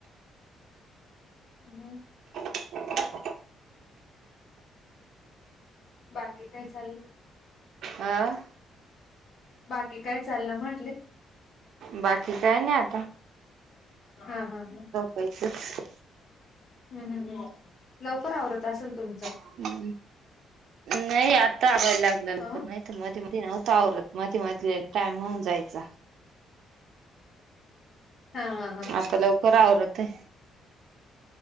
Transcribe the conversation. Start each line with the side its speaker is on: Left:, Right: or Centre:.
Left: हम्म..
Right: <inaudible>
Left: बाकी काय चाललं.
Right: आ..
Left: बाकी काय चाललं म्हटले.
Right: बाकी काय नाही आता.
Left: हा हा हा.
Right: पैसेस <unintelligible>
Left: हम् हम् लवकर आवरत असेल तुम
Right: हम्म. नाही आता आवरायला लागल्या नंतर
Left: हा
Right: नाही तर मध्ये मध्ये नव्हत्या आवरत. मध्ये मध्ये टाईम होऊन जायचा.
Left: हा हा हा.
Right: आता लवकर आवरते.